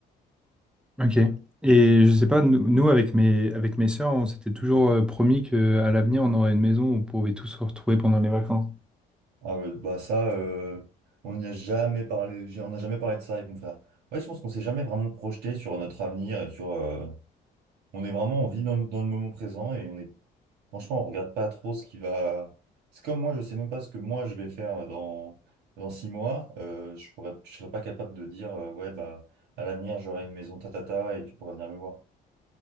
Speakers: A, in the centre; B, on the right (about 80°).
A: Ok. Et je sais pas, nous, nous, avec mes, avec mes sœurs, on s'était toujours euh, promis qu'à l'avenir, on aurait une maison où on pouvait tous se retrouver pendant les vacances.
B: Ah ouais, bah ça, euh, on n'y a jamais parlé, j'ai- on n'a jamais parlé de ça avec mon frère. Ouais, je pense qu'on s'est jamais vraiment projeté sur notre avenir et sur, euh, On est vraiment, on vit dans, dans le moment présent et on est, franchement, on regarde pas trop ce qui va. C'est comme moi, je sais même pas ce que moi je vais faire dans, dans six mois. Euh, je pourrais, je serais pas capable de dire, euh, ouais, bah, à l'avenir, j'aurai une maison tatata et tu pourras venir me voir.